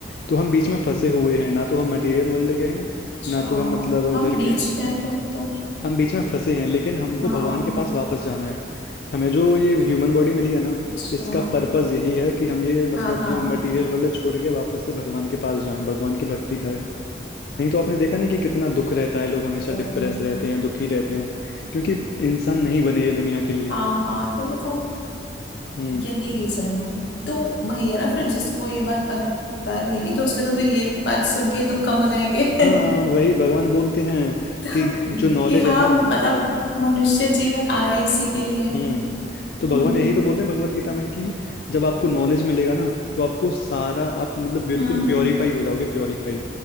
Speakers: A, on the left; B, on the left.
A: तो हम बीच में फंसे हुए हैं ना तो हम मटेरियल वर्ल्ड के हैं
B: अच्छा
A: ना तो हम मतलब
B: हम
A: उधर
B: बीच
A: के हैं
B: में हैं फिर तो
A: हम बीच में फंसे हैं लेकिन हमको
B: हाँ
A: भगवान के पास वापस जाना है हमें जो ये ह्यूमन बॉडी मिली है ना
B: अच्छा
A: इसका पर्पस यही है कि हम ये मतलब
B: हाँ हाँ
A: ये मटेरियल वर्ल्ड छोड़ के वापस से भगवान के पास जाएं भगवान की भक्ति करें नहीं तो आपने देखा नहीं कि कितना दुख रहता है लोग हमेशा डिप्रेस
B: ओ,
A: रहते हैं दुखी रहते हैं क्योंकि इंसान नहीं बने ये दुनिया के लिए
B: हाँ हाँ तो मतलब
A: हम्म
B: यही रीजन है तो वही है ना फिर जिसको ये बात पता रहेगी तो उसके तो फिर ये बात सुन के दुख कम हो जाएंगे <laughs>
A: हाँ वही भगवान बोलते हैं
B: तो
A: कि जो नॉलेज
B: कि हाँ
A: है ना
B: मतलब मनुष्य जीवन आए इसी के लिए
A: हम्म
B: हम्म
A: तो भगवान यही
B: हम्म
A: तो बोलते हैं भगवत गीता में कि जब आपको नॉलेज मिलेगा ना तो आपको सारा आप मतलब बिल्कुल
B: हम्म,
A: प्योरीफाई हो जाओगे प्योरीफाई